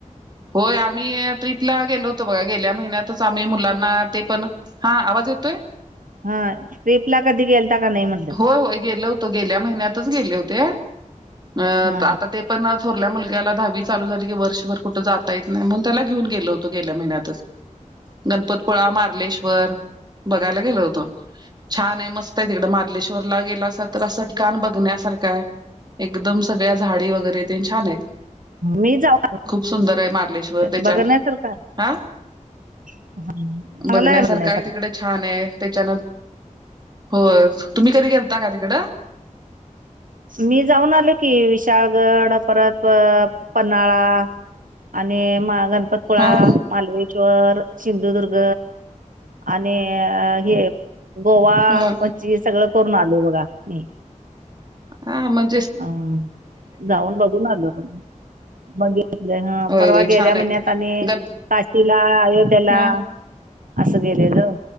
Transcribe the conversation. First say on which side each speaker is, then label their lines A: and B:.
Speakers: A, on the right; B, on the right.
A: होय आम्ही ट्रीपला गेलो होतो बघा गेल्या महिन्यातच आम्ही मुलांना ते पण हा आवाज येतोय
B: हा ट्रीपला कधी गेलता का नाही म्हट
A: होय हो गेलो होतं गेल्या महिन्यातच गेले होते अ
B: हा
A: आता ते पण थोरल्या मुलग्याला दहावी चालू झाली की वर्षभर कुठं जाता येत नाही म्हणून त्याला घेऊन गेल होतं गेल्या महिन्यातच
B: <unintelligible>
A: गणपतपुळा, मार्लेश्वर बघायला गेलो होतो छान आहे मस त आहे तिकडं मार्लेश्वरला गेलासा तर असं ठिकाण बघण्या सारखं आहे एकदम सगळ्या झाडी वगैरे तेन छान आहेत
B: मी जाऊ
A: खूप सुंदर आहे मार्लेश्वर त्याच्यान
B: बघण्यासारखं
A: आ
B: आहे चांगलं
A: बघण्यासारखा
B: बघण्यासारखं
A: आहे तिकडे छान आहे त्याच्यान होय तुम्ही कधी गेलता का तिकडं?
B: मी जाऊन आलो की विशाळगड परत प पन्हाळा आणि म गणपत पूळा,
A: हा
B: मार्लेश्वर, सिंधुदुर्ग आणि हे गोवा
A: हो
B: पची सगळं करून आलोय बघा ह
A: हा म
B: आ जाऊन बघून आलो बघितले ह
A: होय
B: परवा
A: होय
B: गेल्या
A: छान आहे
B: महिन्यात आणि
A: गण
B: काशीला अयोध्येला
A: हा
B: असं गेलेलो